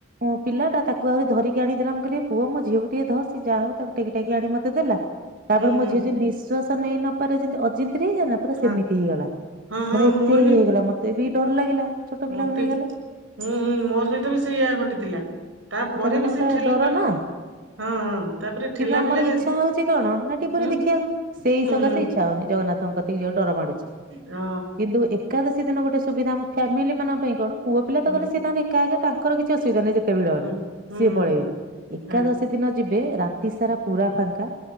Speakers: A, on the right; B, on the right.
A: ମୋ ପିଲା ତାକୁ ଆଉରି ଧରିକି ଆଣିକିଦେଲା ମୁଁ କଇଲି ଏ ପୁଅ ମୋ ଝିଅକୁଟିକେ ଧ ସି ଯାହା ହଉ ତାକୁ ଟେକି ଟେକି ଆଣି ମତେ ଦେଲା ତାପରେ
B: ହୁଁ
A: ମୋ
B: ହୁଁ
A: ଝିଅ ଯେ ନିଶ୍ୱାସ ନେଇ ନପାରେ ଯେମିତି ଅଜିନ୍ <unintelligible> ପୁରା ସେମିତି
B: ହଁ
A: ହେଇଗଲା
B: ହଁ ହଁ
A: ମାନେ ଏତେ
B: ମୋର
A: ଇଏ
B: ବି
A: ହେଇଗଲା ମତେ ବି ଡର ଲାଗିଲା ଛୋଟ ପିଲାଙ୍କୁ
B: ମତେ
A: ନେଇଗଲେ
B: ହୁଁ ହୁଁ ମୋ ସହିତ ବି ସେୟା ଘଟିଥିଲା। ତାପରେ
A: ଏଇଟା ମାନେ
B: ବି ସେ
A: ଗୋଟେ
B: ଠେଲା
A: ଡର
B: ପେଲା
A: ନା।
B: ହଁ ହଁ ତାପରେ। ଠେଲା
A: କିନ୍ତୁ ଆମର
B: ପେଲାରେ
A: ଇଚ୍ଛା ହଉଛି କଣ ନାଟି ପୁରି
B: ହୁଁ
A: ଦେଖିବାକୁ ସେଇ
B: ହୁଁ
A: ସକାଶେ
B: ହୁଁ
A: ଇଛା ହଉନି ଜଗନ୍ନାଥ ଥ କତିକି ଯିବାକୁ ଡର ମାଡୁଛି
B: ହଁ
A: କିନ୍ତୁ ଏ ଏକାଦଶି ଦିନ ଗୋଟେ ସୁବିଧା ଆମ ଫାମିଲି ମମାନଙ୍କ ପାଇଁ କଣ ପୁଅ ପିଲା
B: ହୁଁ
A: ତ ଗଲେ ସେ ତାଙ୍କ ଏକା ଏକା ତାଙ୍କର କିଛି ଅସୁବିଧା ନାହିଁ ଜେ କେତେ ଭିଡ ହେଲେ
B: ହୁଁ ହୁଁ
A: ସିଏ ପଳେଇବେ
B: ହୁଁ
A: ଏକାଦଶୀ
B: ହୁଁ
A: ଦିନ ଯିବେ ରାତି ସାରା ପୁରା ଫାଙ୍କା